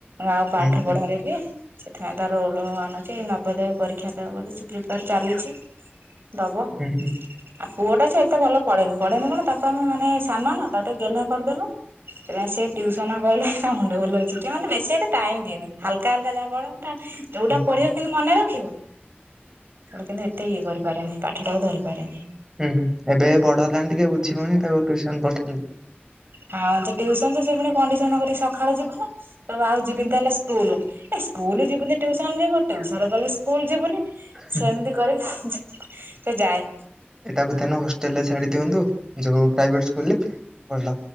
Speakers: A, on the right (about 65°); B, on the right (about 15°).
A: ଆଉ ପାଠ
B: ହୁଁ ହୁଁ
A: ପଢାରେ ବି। ସେଥିପାଇଁ ତା ରୋଲ ଆଣୁଛି ନବୋଦୟ ପରୀକ୍ଷା ଦବ ବୋଲି ସେ ପ୍ରିପାର ଚାଲିଛି। ଦବ ଆଉ
B: ହୁଁ ହୁଁ
A: ପୁଅଟା ସେ ଏତେ ଭଲ ପଢେନି ପଢେନି ମନେ ତାକୁ ଆମେ ମାନେ ସାନ ନା ତାକୁ ଟିକେ ଗେହ୍ଲା କରିଦେଲୁ। ନା ସିଏ ଟିଉସନ ଗଲେ ତା ମୁଣ୍ଡ ବୁଲଉଛି ସିଏ ମାନେ ବେଶି ଟାଇମ୍ ଦିଏନି ହାଲକା ହଲକା ଯା ପଢ଼ନ୍ତା। ଯୋଉଟା
B: ହଁ ହଁ
A: ପଢିବ କିିନ୍ତୁ ମନେ ରଖିବ କିନ୍ତୁ ଏତେ ଇଏ କରିପାରେନି ପାଠଟାକୁ ଧରିପାରେନି।
B: ହୁଁ ଏବେ ବଡ ହେଲାଣି ଟିକେ ବୁଝିବଣି ତାକୁ ଟ୍ୟୁସନ ପଠାନ୍ତୁ।
A: ହଁ ସେ ଟ୍ୟୁସନ ଯେ ସେ ପୁଣି କଣ୍ଡିସନ୍ କରି ସକାଳୁ ଯିବ ନି। ତ ଆଉ ଯିବିନି ତାହେଲେ ସ୍କୁଲ ଏ ସ୍କୁଲ ଯିବୁନୁ ଟ୍ଯୁସନ ଯିବୁ ଟ୍ଯୁସନ କଲେ ସ୍କୁଲ ଯିବୁନି। ସେମିତି
B: ହୁଁ,
A: କରିକି ସେ ଯାଏ।
B: ଏଇଟାକୁ ଦେନ୍ ହଷ୍ଟେଲ ରେ ଛାଡି ଦିଅନ୍ତୁ ଯୋଉ ପ୍ରାଇଭେଟ୍ ସ୍କୁଲ ରେ ଭଲ